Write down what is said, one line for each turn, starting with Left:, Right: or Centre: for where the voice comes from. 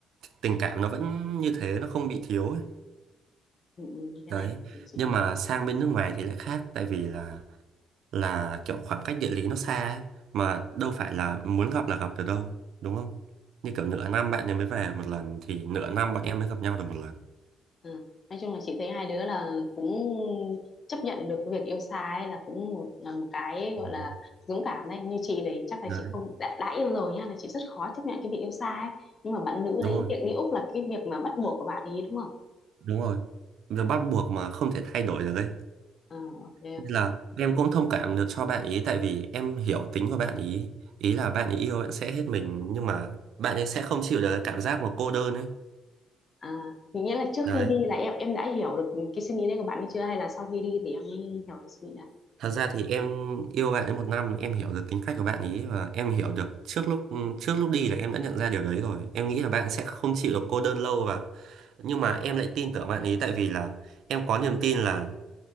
Right: tình cảm nó vẫn như thế nó không bị thiếu ấy.
Left: ừ, ừ, cái
Right: đấy
Left: này chị
Right: nhưng mà sang bên nước ngoài thì lại khác tại vì là là kiểu khoảng cách địa lý nó xa ấy, mà đâu phải là muốn gặp là gặp được đâu đúng không như kiểu nửa năm bạn ấy mới về một lần thì nửa năm bọn em mới gặp nhau được một lần
Left: Ừ. Nói chung là chị thấy hai đứa là cũng chấp nhận được cái việc yêu xa ấy là cũng một là một cái gọi
Right: ừ.
Left: là dũng cảm đấy như chị thì chắc là
Right: Đấy,
Left: chị không đã, đã yêu rồi nhá là chị rất khó chấp nhận cái việc yêu xa ấy nhưng mà bạn nữ
Right: đúng
Left: đấy
Right: rồi
Left: việc đi Úc là cái việc mà bắt buộc của bạn ấy đúng không
Right: đúng rồi việc bắt buộc mà không thể thay đổi được ấy
Left: Ờ, ok
Right: Nên là em cũng thông cảm được cho bạn ý tại vì em hiểu tính của bạn ý ý là bạn ấy yêu bạn sẽ hết mình nhưng mà bạn ấy sẽ không chịu được cái cảm giác mà cô đơn ấy
Left: à, nghĩa là trước
Right: đấy
Left: khi đi là em em đã hiểu được cái suy nghĩ đấy của bạn ấy chưa hay là sau khi đi thì em mới hiểu được suy nghĩ đấy
Right: Thật ra thì em yêu bạn ấy một năm, em hiểu được tính cách của bạn ấy và em hiểu được trước lúc trước lúc đi là em đã nhận ra điều đấy rồi. Em nghĩ là bạn sẽ không chịu được cô đơn lâu và nhưng mà em lại tin tưởng bạn ấy tại vì là em có niềm tin là